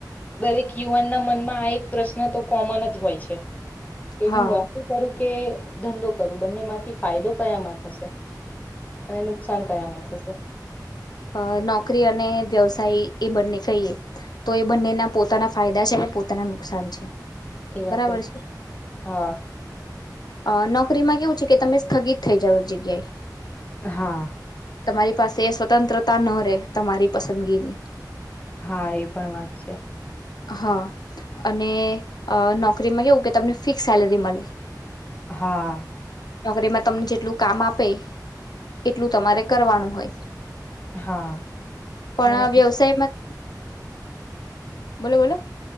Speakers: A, on the left; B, on the left.
A: દરેક યુવાનના મનમાં આ એક પ્રશ્ન તો કોમન જ હોય છે. કે
B: હા
A: હું નોકરી કરું કે કે ધંધો કરુ બંને માંથી ફાયદો કયામાં થશે અને નુકસાન કયામાં થશે.
B: અ નોકરી અને વ્યવસાય એ બંને કહીએ તો એ બંનેના પોતાના ફાયદા છે. પોતાને નુકસાન છે
A: એ
B: બરાબર
A: વાત એ
B: છે.
A: હા
B: અ નોકરીમાં કેવું છે કે તમે સ્થગિત થઇ જાવ જગ્યાએ.
A: હા.
B: તમારી પાસે એ સ્વતંત્રતા ન રહેે તમારી પસંદગીની
A: હા એ પણ વાત છે.
B: હા અને નોકરીમાં કેવું કે તમને ફિક્સ સેલેરી મળે.
A: હા.
B: નોકરીમાં તમને જેટલું કામ આપે એટલું તમારે કરવાનું હોય.
A: હા
B: પણ
A: ને
B: વ્યવસાયમાં બોલો બોલો.